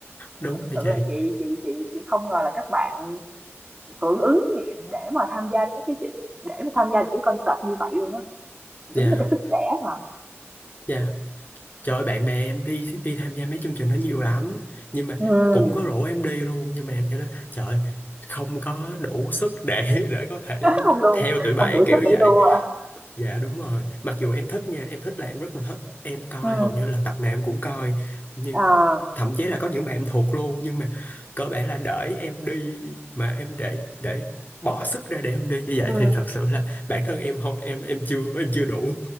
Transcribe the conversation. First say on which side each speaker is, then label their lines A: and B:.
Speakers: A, on the left (about 40°); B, on the right (about 20°).
A: đúng
B: thực
A: rồi
B: sự
A: chị
B: là chị chị chị chị không ngờ là các bạn hưởng ứng để mà tham gia cái cái chị- để mà tham gia được cái concert như vậy luôn á đúng
A: Dạ
B: là cái sức trẻ mà
A: dạ Trời ơi, bạn bè em đi đi tham gia mấy chương trình đó nhiều lắm nhưng mà
B: ừ
A: cũng có rủ em đi luôn nhưng mà em cho nó trời ơi, không có đủ sức để để có thể
B: không đủ
A: theo tụi bay
B: không đủ
A: kiểu
B: sức để
A: vậy
B: đua à.
A: dạ đúng rồi mặc dù em thích nha em thích là em rất là thích em coi
B: ừ
A: hầu như là tập nào em cũng coi
B: <laughs>
A: nhưng
B: à
A: thậm chí là có những bạn em thuộc luôn nhưng mà cơ bản là đợi em đi mà em để để bỏ sức ra để em đi như vậy
B: ừ
A: thì thật sự là bản thân em không em em chưa em chưa đủ